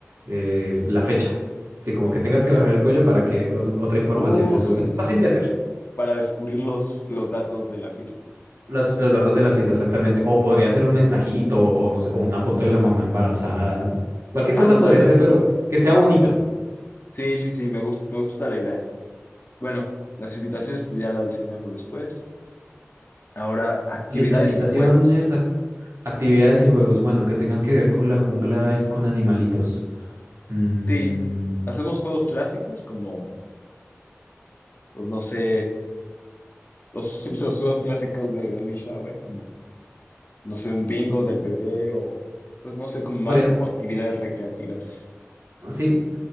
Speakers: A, on the right; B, on the left.
A: eh, la fecha. Sí, como que tengas que bajar el cuello para que o- otra información
B: Oh,
A: se suba.
B: sí,
A: Es fácil
B: sí,
A: de
B: sí.
A: hacer.
B: Para descubrir los, los datos de la fiesta.
A: Los, los datos de la fiesta, exactamente. O podría ser un mensajito, o no sé, o una foto de la mamá embarazada. Cualquier
B: Ándale.
A: cosa podría ser, pero que sea bonito.
B: Sí, sí, sí, sí, me gusta, me gusta la idea. Bueno, las invitaciones pues ya las diseñamos después. Ahora, actividades
A: Listo, invitaciones,
B: y juegos.
A: ac- actividades y juegos. Bueno, que tengan que ver con la jungla y con animalitos. Mm,
B: Sí, hacemos juegos clásicos como, pues no sé, los, <laughs> los juegos clásicos de Baby Shower, como, no sé, un bingo del bebé o, pues no sé, como más
A: podría-
B: como actividades recreativas.
A: sí,